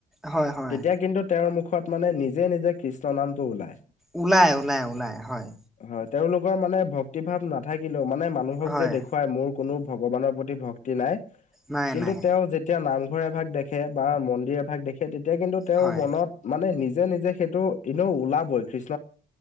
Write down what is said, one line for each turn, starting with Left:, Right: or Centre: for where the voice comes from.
Centre: হয় হয়
Left: তেতিয়া কিন্তু তেওঁৰ মুখত মানে, নিজে নিজে কৃষ্ণ নামটো ওলায়।
Centre: ওলায় ওলায় ওলায়, হয়।
Left: হয়, তেওঁলোকৰ মানে ভক্তি ভাৱ নাথাকিলেও, মানে মানুহক
Centre: হয়
Left: যে দেখুৱাই, মোৰ কোনো ভগৱানৰ প্ৰতি ভক্তি নাই,
Centre: নাই
Left: কিন্তু
Centre: নাই
Left: তেওঁ তেতিয়া নামঘৰ এভাগ দেখে বা মন্দিৰ এভাগ দেখে, তেতিয়া কিন্তু তেওঁৰ
Centre: হয়
Left: মনত মানে নিজে নিজে সেইটো, ইনেও ওলাবই খ্ৰীষ্ট